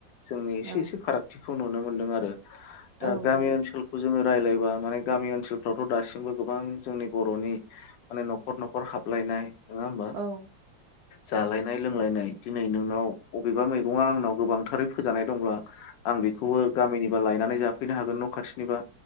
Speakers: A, on the left; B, on the right.
A: जोंनि एसे
B: औ
A: एसे फारागथिखौ नुनो मोनदों आरो। दा
B: औ
A: गामि
B: औ
A: ओनसोलखौ जोङो रायलायबा माने गामि ओनसोलफ्रावथ दासिमबो गोबां जोंनि बरनि माने नखर नखर हाबलायनाय नङा होमबा
B: औ
A: जालायनाय लोंलायनाय दिनै नोंनाव अबेबा मैगङा आंनाव गोबांथारै फोजानाय दंब्ला आं बेखौबो गामिनि बा लायनानै जाफैनो हागोन न खाथिनिबा